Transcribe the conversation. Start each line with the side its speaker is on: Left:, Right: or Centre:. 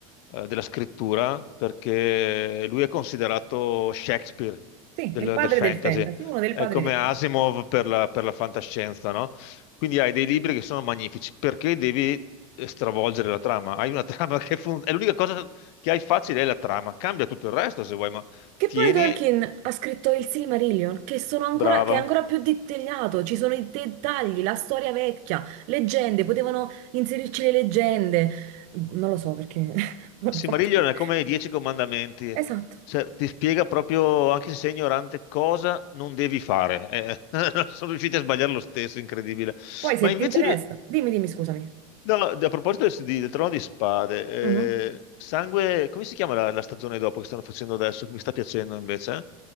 Left: eh, della scrittura, perché lui è considerato Shakespeare
Right: Sì,
Left: del,
Right: è il padre
Left: del fantasy,
Right: del fantasy, uno dei
Left: è
Right: padri
Left: come
Right: del
Left: Asimov
Right: fantasy.
Left: per la, per la fantascienza, no? Quindi hai dei libri che sono magnifici, perché devi eh, stravolgere la trama? Hai una <laughs> trama che funziona, è l'unica cosa che hai facile è la trama, cambia tutto il resto se vuoi, ma
Right: Che
Left: tieni,
Right: poi Tolkien ha scritto il Silmarillion, che, sono ancora,
Left: brava,
Right: che è ancora più dettagliato, ci sono i dettagli, la storia vecchia, leggende, potevano inserirci le leggende. Non lo so perché <laughs> l'hanno
Left: Il Silmarillion
Right: fatto.
Left: è come i Dieci Comandamenti,
Right: Esatto.
Left: cioè, ti spiega proprio, anche se sei ignorante, cosa non devi fare. Eh, <laughs> sono riusciti a sbagliare lo stesso, incredibile.
Right: Poi se
Left: Ma invece,
Right: ti interessa, dimmi, dimmi, scusami.
Left: no, no, a proposito del, di- del Trono di Spade,
Right: Mhm.
Left: eh, Sangue, come si chiama la, la stagione dopo che stanno facendo adesso, che mi sta piacendo invece?